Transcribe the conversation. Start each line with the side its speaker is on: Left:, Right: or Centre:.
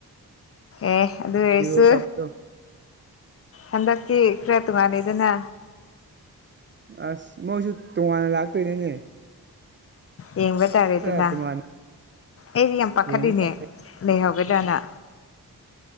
Left: ꯑꯦ ꯑꯗꯨ ꯑꯣꯏꯁꯨ
Right: ꯌꯨꯔꯣ ꯀꯞꯇꯣ
Left: ꯍꯟꯗꯛꯇꯤ ꯈꯔ ꯇꯣꯉꯥꯟꯂꯦꯗꯅꯥ
Right: ꯑꯁ ꯃꯣꯏꯁꯨ ꯇꯣꯉꯥꯟꯅ ꯂꯥꯛꯇꯣꯏꯅꯤꯅꯦ
Left: ꯌꯦꯡꯕ ꯇꯥꯔꯦꯗꯅꯥ
Right: ꯈꯔ ꯇꯣꯉꯥꯟꯅ
Left: ꯑꯩꯗꯤ ꯌꯥꯝ ꯄꯥꯈꯠꯂꯤꯅꯦ
Right: ꯌꯦꯡꯕ ꯇꯥꯔꯦ
Left: ꯂꯩꯍꯧꯒꯗ꯭ꯔꯥꯅ